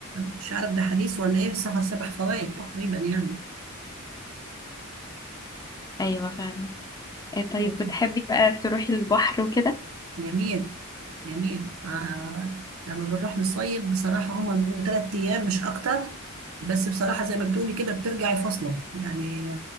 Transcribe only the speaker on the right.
مش عارف ده حديث ولا ايه السفر سبع فوائد تقريبا يعني
حلو.
جميل جميل آه. لما بنروح نصيف بصراحة هما بيبقوا تلات أيام مش أكتر بس بصراحة زي ما بتقولي كده بترجعي فاصلة يعني